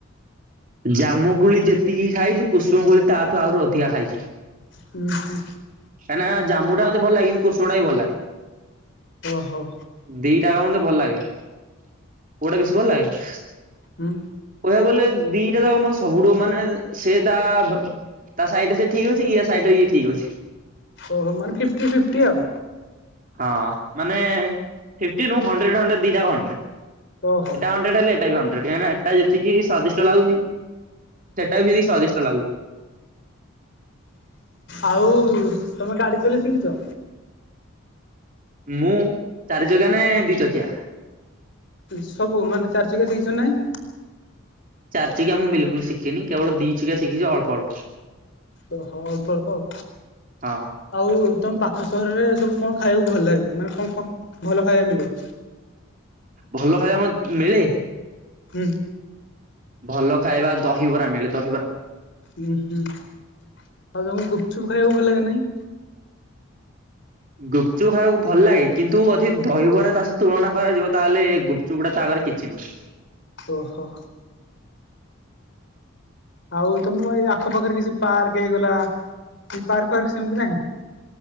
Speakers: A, on the right; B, on the left.
A: ଜାମୁ କୋଳି ଯେତିକି ଖାଇଛୁ କୁଷ୍ମ କୋଳି ତାଠୁ ଆହୁରି ଅଧିକା ଖାଇଚି।
B: ହୁଁ ହୁଁ।
A: କାଇଁ ନା ଜାମୁଟା ମତେ ଭଲ ଲାଗେନି କୁଷ୍ମଟା ହିଁ ଭଲ ଲାଗେ।
B: ଓହୋ।
A: ଦି ଟା ଯାକ ମତେ ଭଲ ଲାଗେ କୋଉଟା ବେଶୀ ଭଲ ଲାଗେ।
B: ହୁଁ।
A: କହିବାକୁ ଗଲେ ଦିଟା ଯାକ ମତେ ସବୁଠୁ ମାନେ ସେ ତା ତା ସାଇଡ଼ ରେ ସେ ଠିକ୍ ଅଛି ୟା ସାଇଡ଼ ରେ ଇଏ ଠିକ୍ ଅଛି।
B: ଓହୋ ମାନେ ଫିଫ୍ଟି ଫିଫ୍ଟି ଆଉ
A: ହଁ ମାନେ ଫିପ୍ଟି ନୁହଁ ହଣ୍ଡ୍ରେଡ଼ ହଣ୍ଡ୍ରେଡ଼ ଦିଟା ଯାକ
B: ଓହୋ।
A: ହଣ୍ଡ୍ରେଡ଼ ଏଟା ହଣ୍ଡ୍ରେଡ଼ ହେଲେ ଏଟା ବି ହଣ୍ଡ୍ରେଡ଼ କାହିଁକି ନା ଏଟା ଯେତିକି ସ୍ୱାଦିଷ୍ଟ ଶିତ ଲାଗୁଛି। ସେଟା ବି ସ୍ୱାଦିଷ୍ଟ ଲାଗୁଛି।
B: ଆଉ ତମେ ଗାଡ଼ି ଚଲେଇ ଶିଖିଛ।
A: ମୁଁ ଚାରି ଚକିଆ ନେ ଦି ଚକିଆ।
B: ସବୁ ମାନେ ଚାରି ଚକିଆ ଠି କିସେ ନାଇଁ।
A: ଚାରି ଚକିଆ ମୁଁ ବିଲକୁଲ ଶିଖିନି କେବଳ ଦି ଚିକିଆ ଶିଖିଛି ଅଳ୍ପ ଅଳ୍ପ।
B: ଓ ହଁ ଅଳ୍ପ ଅଳ୍ପ ଆଉ।
A: ହଁ
B: ଆଉ ତମ ପାଖ ସହରରେ ସବୁ କଣ ଖାଇବାକୁ ଭଲ ଲାଗେ ମାନେ କଣ କଣ ଭଲ ଖାଇବା ମିଳେ?
A: ଭଲ ଖାଇବା ମତ୍ ମିଳେ।
B: ହୁଁ।
A: ଭଲ ଖାଇବା ଦହିବରା ମିଳେ ଦହିବରା।
B: ହୁଁ ହୁଁ ଆଉ ତମକୁ ଗୁପଚୁପ ଖାଇବାକୁ ଭଲ ଲାଗେ ନା ନାହିଁ।
A: ଗୁପଚୁପ ଖାଇବାକୁ ଭଲ ଲାଗେ କିନ୍ତୁ ଯଦି ଦହିବରା ତା ସହ ତୁଳନା କରାଯିବ ତାହେଲେ ଗୁପ ଚୂଡ଼ା ତା ଆଗରେ କିଛି ନୁହଁ।
B: ଓହୋ। ଆଉ ତମର ଏଇ ଆଖପାଖରେ କିଛି ପାର୍କ ହେଇଗଲା କି ପାର୍କ ଫାର୍କ ସେମିତି ନାହିଁ।